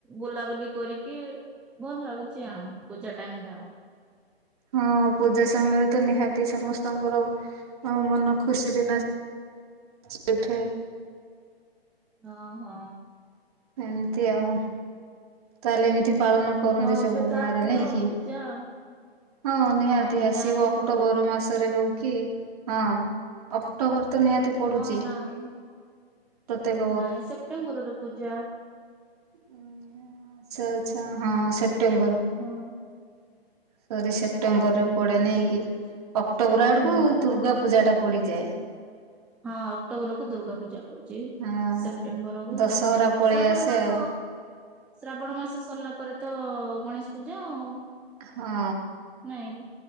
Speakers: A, in the centre; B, on the right (about 35°).
A: ବୁଲାବୁଲି କରିକି ଭଲ ଲାଗୁଛି ଆଉ ପୂଜା ଟାଇମ ଟା ଆଉ।
B: ହଁ ପୂଜା ସମୟରେ ତ ନିହାତି ସମସ୍ତଙ୍କର ମନ ଖୁସିରେ ନା ନାଚି ଉଠେ।
A: ହଁ ହଁ।
B: ଏମିତି ଆଉ। ତାହେଲେ ଏମିତି ପାଳନ କରନ୍ତି
A: ହଉ
B: ସବୁ
A: ଏବେ ତ
B: ଗାଁରେ
A: ଆସିବ
B: ନେଇକି
A: ପୂଜା ଆଉ।
B: ହଁ ନିହାତି
A: ଆମ
B: ଆସିବ
A: ଗାଁରେ କିନ୍ତୁ
B: ଅକ୍ଟୋବର ମାସରେ ହଉ କି ହଁ ଅକ୍ଟୋବର ତ ନିହାତି ପଡୁଛି
A: ହଁ ନାଇଁ
B: ପ୍ରତ୍ୟେକ
A: ନାଇଁ ସେପ୍ଟେମ୍ବର ର ପୂଜା।
B: ହୁଁ। ଆଚ୍ଛା ଆଚ୍ଛା ହଁ ସେପ୍ଟେମ୍ବର।
A: ହଁ
B: ସରି ସେପ୍ଟେମ୍ବର
A: ସେପ୍ଟେମ୍ବରରେ
B: ରେ ପଡେ ନେଇକି
A: ପୂଜା
B: ଅକ୍ଟୋବର ଆଡକୁ
A: ହଁ
B: ଦୁର୍ଗା ପୂଜାଟା ପଡ଼ିଯାଏ।
A: ହଁ ଅକ୍ଟୋବର କୁ ଦୁର୍ଗା ପୂଜା ପଡୁଛି
B: ହଁ।
A: ସେପ୍ଟେମ୍ବର କୁ
B: ଦଶହରା ପଳେଇ
A: ଶ୍ରାବଣ
B: ଆସେ
A: ମାସ
B: ଆଉ
A: ଶ୍ରାବଣ ମାସ ସରିଲା ପରେ ତ ଗଣେଶ ପୂଜା ଆଉ।
B: ହଁ
A: ନାଇଁ କି